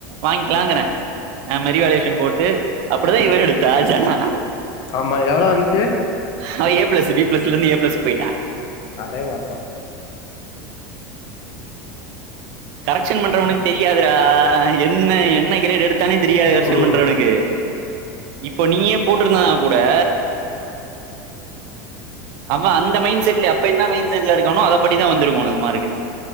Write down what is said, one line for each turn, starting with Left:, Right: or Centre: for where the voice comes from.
Right: வாங்கிலாங்கறே நம்ம ரீவேல்யுவேஷன் போட்டு அப்டிதா இவ எடுத்தா ஜனா
Left: ஆம்மா எவ்ளோ வந்ச்சு
Right: அவ ஏ பிளஸ் பி பிலஸ்லந்து ஏ பிளஸ் போயிட்டா
Left: அடேங்காப்பா
Right: கரெக்ஷன் பண்ற உனுக் தெரியாதுரா என்னெய் என்ன கிரேடு எடுத் த்தனே தெரியாது
Left: ம்
Right: கரெக்ஷன்
Left: ம்
Right: பண்றவனுக்கு இப்பொ நீயே போட்டிருந்தனா கூடே அவ அந்த மெயிண்ட் செட்லெ அப்ப என்னா மெயிண்ட் நேம்ல இருக்கணு அதப் படிதா வந்திருக்கு உனக் னகுமா இருக்கு